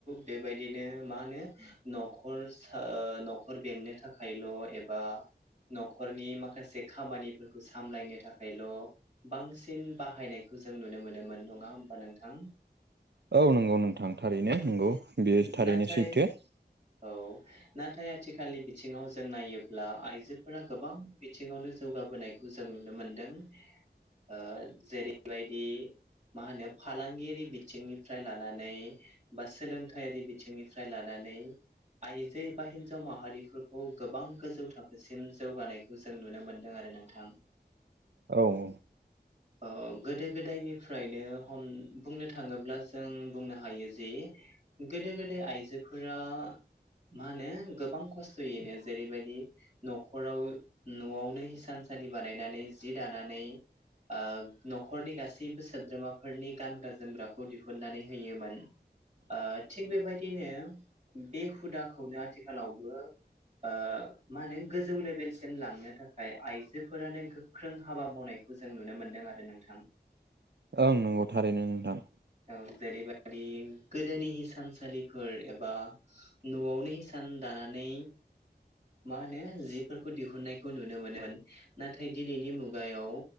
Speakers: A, on the right; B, on the right.
A: बेबायदिनो मा होनो न'खर सा ओ न'खर बेंनो थाखायल' एबा न'खरनि माखासे खामानिफोरखौ सामलायनो थाखायल' बांसिन बाहायनायखौ जों नुनो मोनोमोन नङा होमबा नोंथां।
B: औ नंगौ नोंथां थारैनो
A: औ
B: नंगौ बेयो थारैनो
A: नाथाय
B: सैथो।
A: औ। नाथाय आथिखालनि बिथिङाव जों नायोब्ला आइजोफोरा गोबां बिथिङावनो जौगाबोनाय जों नुनो मोनदों ओ जेरैबायदि मा होनो फालांगियारि बिथिंनिफ्राय लानानै बा सोलोंथायारि बिथिंनिफ्राय लानानै आइजो एबा हिनजाव माहारिफोरखौ गोबां गोजौ थाखोसिम जौगानाय खौ जों नुनो मोन्दों आरो नोंथां।
B: औ औ।
A: अ गोदो गोदायनिफ्रायनो हम बुंनो थाङोब्ला जों बुंनो हायो जे गोदो गोदाय आइजोफोरा मा होनो गोबां खस्थ'यैनो जेरैबायदि न'खराव न'आवनो हिसानसालि बानायनानै जि दानानै ओ न'खरनि गासैबो सोद्रोमाफोरनि गानग्रा जोमग्राखौ दिहुननानै होयोमोन। ओ थिग बेबादिनो बे हुदाखौनो आथिखालावबो ओ मा होनो गोजौ लेभेलसिम लांनो थाखाय आइजोफोरानो गो ख्रों हाबा मावनायखौ जों नुनो मोनदों आरो नोंथां।
B: ओं नंगौ थारैनो नोंथां।
A: औ जेरैबायदि गोदोनि हिसानसालिफोर एबा न'आवनो हिसान दानानै मा होनो जिफोरखौ दिहुननायखौ नुनो मोनोमोन। नाथाय दिनैनि मुगायाव